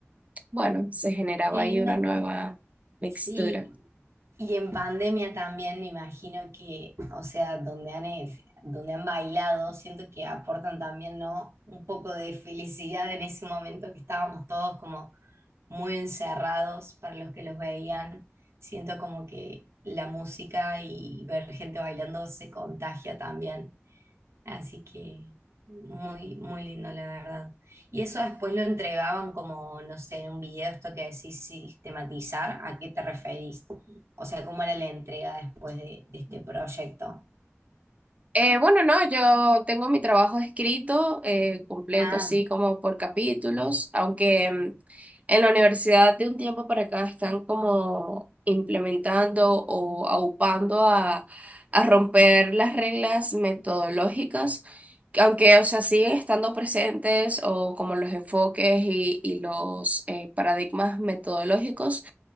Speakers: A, on the right (about 30°); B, on the right (about 65°).
A: bueno, se generaba
B: Qué lindo
A: ahí una nueva mixtura.
B: Sí, y en pandemia también me imagino que, o sea, donde han, eh, donde han bailado, siento que aportan también, ¿no? Un poco de felicidad en ese momento que estábamos todos como muy encerrados para los que los veían. Siento como que la música y ver gente bailando se contagia también. Así que muy, muy lindo, la verdad. Y eso después lo entregaban como, no sé, en un video, esto que decís sistematizar, ¿a qué te referís? O sea, ¿cómo era la entrega después de, de este proyecto?
A: Eh, bueno, no, yo tengo mi trabajo escrito, eh, completo,
B: Ah,
A: así como por capítulos, aunque mm, en la universidad de un tiempo para acá están como implementando o aupando a, a romper las reglas metodológicas, que aunque, o sea, siguen estando presentes o como los enfoques y, y los eh, paradigmas metodológicos,